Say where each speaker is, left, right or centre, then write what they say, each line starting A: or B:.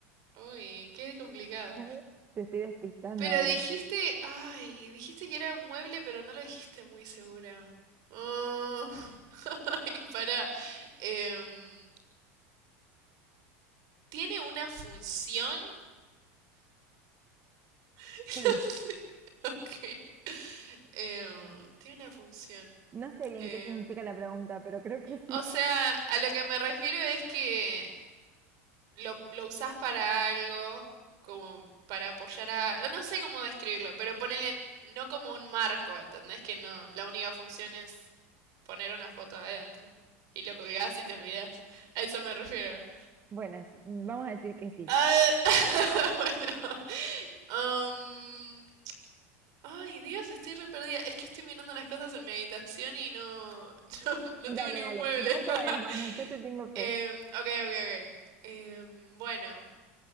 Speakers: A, on the right; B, on the right.
A: uy, qué complicado.
B: <laughs> Te estoy despistando
A: Pero
B: ahora.
A: dijiste, ay, dijiste que era un mueble, pero no lo dijiste muy segura. Ah, <laughs> ay, pará. Em, ¿tiene una función? <laughs>
B: Sí.
A: No Ok. Em, tiene una función.
B: No sé bien
A: Em,
B: qué significa la pregunta, pero creo que sí.
A: o sea, a lo que me refiero es que lo, lo usás para algo, como para apoyar a... No no sé cómo describirlo, pero ponele no como un marco, ¿entendés? Que no, la única función es poner una foto adentro. Y lo colgás y te olvidás. A eso me refiero.
B: Bueno, s- vamos a decir que sí.
A: Ah, <laughs> bueno. um, ay, Dios, estoy re perdida. Es que estoy mirando las cosas en mi habitación y no, <laughs> no, no
B: Dale,
A: tengo ningún
B: dale,
A: mueble.
B: va a
A: <laughs>
B: poder, mano, yo te tengo fe.
A: Em, ok, ok, ok. Em, bueno,